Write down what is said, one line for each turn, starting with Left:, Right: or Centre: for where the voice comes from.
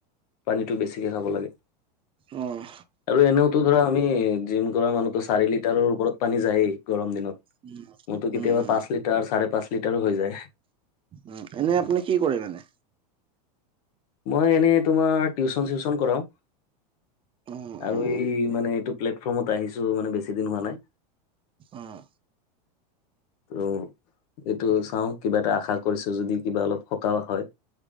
Left: পানীতটো বেছিকে খাব লাগে।
Right: উম, অ',
Left: আৰু এনেওতো ধৰা আমি জিম কৰা মানুহতো চাৰি লিটাৰৰ ওপৰত পানী যায় গৰম দিনত
Right: উম
Left: মোৰতো কেতিয়াবা
Right: উম উম
Left: পাঁচ চাৰে পাঁচ লিটাৰ হৈ যায়।
Right: উ এনেই আপুনি কি কৰে মাননে
Left: মই এনেই তোমাৰ টিউচন চিউশন কৰাও
Right: অ',
Left: আৰু
Right: অ',
Left: এই মানে এইটো প্লেটফৰ্মত আহিছো মানে বেছি দিন হোৱা নাই।
Right: অ
Left: <inaudible> ত এইটো চাওঁ কিবা এটা আশা কৰিছো যদি কিবা অলপ সকাহও হয়।